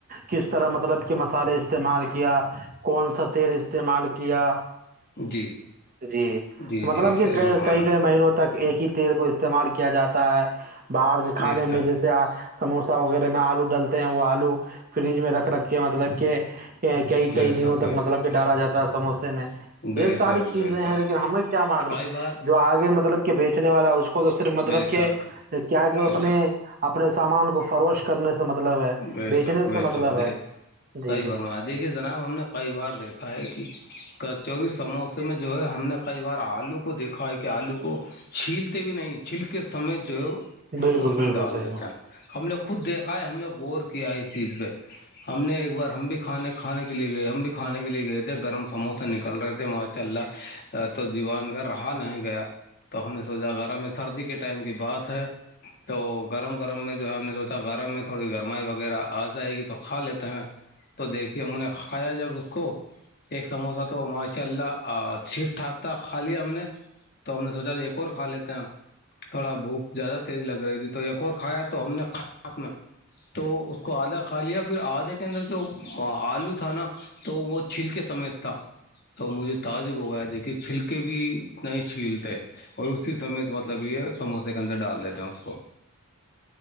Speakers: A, on the right; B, on the left.
A: کس طرح مطلب کہ مسالحے استعمال کیا کون سا تیل استعمال کیا
B: جی
A: جی
B: جی
A: مطلب
B: جی
A: کہ
B: صحیح فرمایا
A: کئی کئی مہینوں تک ایک ہی تیل کو استعمال کیا جاتا ہے باہر کے کھانے
B: دیر تک
A: میں جیسے سموسا وغیرہ میں آلو ڈالتے ہیں وہ آلو فریج میں رکھ رکھے مطلب کہ کئی
B: بے
A: کئی
B: شک
A: دنوں
B: بے
A: تک مطلب
B: شک
A: کہ ڈالا جاتا ہے سموسے میں
B: بے
A: یہ ساری
B: شک
A: چیزیں
B: بے شک
A: ہیں لیکن ہمیں کیا معلوم
B: کئی بار
A: جو آگے مطلب کہ بیچنے والا ہے اس کو تو صرف مطلب
B: بے
A: کہ
B: شک
A: کیا کہ وہ
B: بے
A: اپنے
B: شک
A: اپنے سامان کو فروشت کرنے سے مطلب ہے
B: بے
A: بیچنے
B: شک بے
A: سے مطلب
B: شک دے
A: ہے جی
B: صحیح فرمایا دیکھیے جناب ہم نے کئی بار دیکھا ہے کہ کچوری سموسے میں جو ہے ہم نے کئی بار آلو کو دیکھا ہے کہ آلو کو چھیلتے بھی نہیں چھیل کے سمے جو ہے اس
A: بالکل
B: کو اس میں
A: بالکل
B: ڈال
A: صحیح
B: دیتے ہیں ہم لوگ خود دیکھا ہے ہم نے غور کیا ہے اس چیز پہ ہم نے ایک بار ہم بھی کھانے کھانے کے لیے گئے ہم بھی کھانے کے لیے گئے تھے گرم سموسے نکل رہے تھے ما چل رہ تو دییوان کا رہا نہیں گیا تو ہم نے سوچا گغارہ میں سردی کے ٹائم کی بات ہے تو گرم گرم میں جو ہے ہم نے سوچا گرم میں تھوڑی گرم وغیرہ آ جائے گی تو کھا لیتے ہیں تو دیکھیے میں نے کھایا جب اس کو ایک سموسہ تو ماشاء اللہ ٹھیک ٹھاک تھا کھا لیا ہم نے تو ہم نے سوچا تھا ایک اور کھا لیتے ہیں تھوڑا بھوک زیادہ تیز لگ رہی تھی تو ایک اور کھایا تو ہم نے کھ میں تو اس کو آدھا کھا لیا پھر آدھے کے اندر جو آلو تھا نا تو وہ چھیل کے سمے تھا تو مجھے تازے بغیا دیکھیے چھلکے بھی نہیں چھیلتے اور اسی سمے تو مطلب یہ سموسے کے اندر ڈال دیتے ہیں اس کو